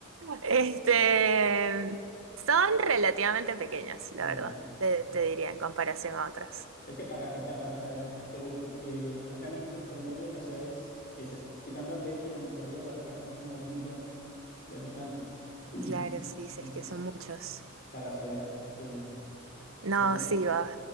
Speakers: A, on the right; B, on the left.
A: Este, son relativamente pequeños, la
B: Ya.
A: verdad, te, te diría en comparación a otros.
B: Es que para, o sea, para saber a qué voy, porque acá en México el promedio de las ciudades, excep- quitando al DF y a Monterrey y a Guadalajara, son como de un millón de habitantes. <clears throat>
A: Claro, sí,
B: Entonces,
A: sí, es que son muchos.
B: para saber a, a qué, o
A: No,
B: sea, si son,
A: sí, va.